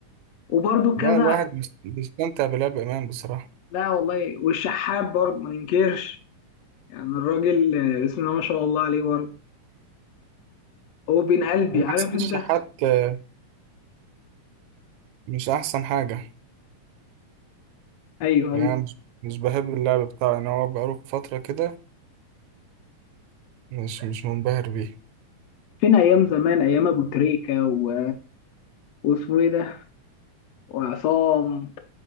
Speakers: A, on the left; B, on the right.
A: وبرده كذا
B: لا الواحد بيست- بيستمتع بلعب إمام بصراحة
A: لا والله والشحات برضه ما ننكرش يعني الراجل آه، بسم الله ما شاء الله عليه برضه هو بين قلبي
B: ما
A: عارف
B: أحسنش
A: أنت
B: حتى مش أحسن حاجة
A: أيوه
B: يعني
A: أيوه
B: مش مش بحب اللعب بتاعه يعني هو بقاله فترة كده مش مش منبهر بيه
A: فين أيام زمان أيام أبو تريكة و... واسمه إيه ده وعصام